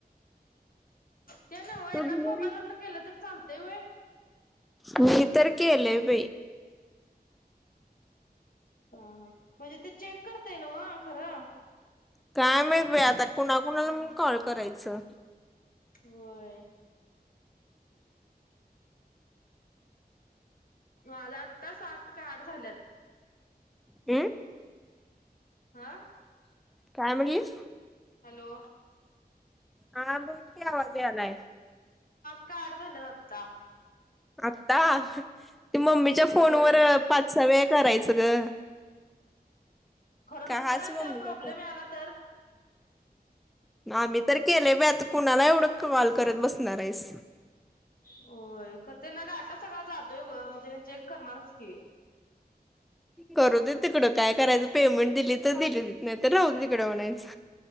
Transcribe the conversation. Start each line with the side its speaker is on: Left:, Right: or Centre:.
Left: ते नव्ह
Centre: तू
Left: एकाच
Centre: दिली नाही?
Left: मोबाईलवरण, केलं तर चाल तय व्हय.
Centre: मी तर केलंय बई.
Left: हा म्हणजे ते चेक करतय न्हव खरं.
Centre: काय माहित बाई आता, कुणाकुणाला म्हणून कॉल करायचं.
Left: व्हय. माझं आत्ता सात, का आठ, झाल्यात.
Centre: ऊ!
Left: हा!
Centre: काय म्हणलीस?
Left: हॅलो!
Centre: हा बोल की आवाज यालाय.
Left: काय रं झालं दत्ता?
Centre: आता! ते मम्मीच्या,
Left: होय
Centre: फोनवर पाच सहा वेळा. करायचं ग.
Left: खरं
Centre: का
Left: नंतर
Centre: हाच
Left: अन
Centre: मम्मीचा
Left: त्या प्रॉब्लेम
Centre: फोन
Left: याला तर?
Centre: आम्ही तर केलंय बाय, आता कुणाला एवढं कॉल करत बसणार आहेस.
Left: होय खर त्यानां डाटा, सगळा जातोय गं म त्यानं चेक करणारच की.
Centre: करू दे तिकडं काय करायचं, पेमेन्ट दिली, त दिली, नाय त राहू दे तिकडं म्हणायच.